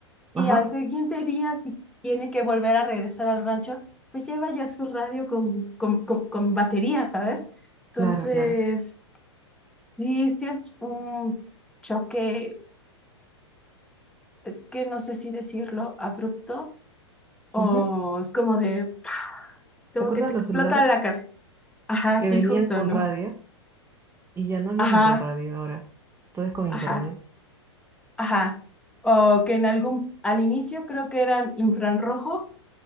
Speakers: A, in the centre; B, on the right.
A: y
B: Ajá,
A: al siguiente día, si tiene que volver a regresar al rancho, pues lleva ya su radio con, con, con, con batería, ¿sabes? Entonces,
B: claro, claro.
A: sí, sí es un choque, es que no sé si decirlo abrupto o
B: Ujú.
A: es como de, ¡pa! como
B: ¿Te acuerdas
A: que te explota
B: los celulares
A: la cabeza. Ajá,
B: que
A: sí,
B: venían
A: justo,
B: con
A: ¿no?
B: radio y ya no vienen
A: Ajá,
B: con radio ahora? Todo es con internet.
A: ajá. Ajá. O que en algún, al inicio creo que eran infrarrojo.